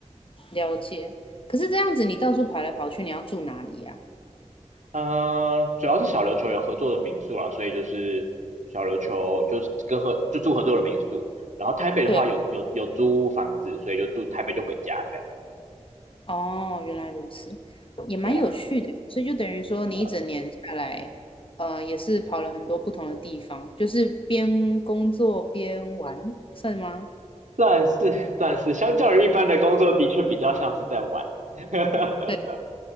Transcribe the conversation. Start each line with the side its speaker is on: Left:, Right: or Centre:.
Left: 了解。可是这样子，你到处跑来跑去，你要住哪里呀、
Right: 嗯，主要是小琉球有合作的民宿啦，所以就是小琉球就是跟合就住合作的民宿，然后台北的话有有有租房子，
Left: 对，
Right: 所以就住台北就回家这样。
Left: 哦，原来如此，也蛮有趣的。
Right: 对啊，
Left: 所以就等于说，你一整年下来，
Right: 对啊，
Left: 呃，也是跑了很多不同的地方，就是边工作边玩，算吗？
Right: 算是算是相较于一般的工作，的确比较像是在玩。<laughs>
Left: 对。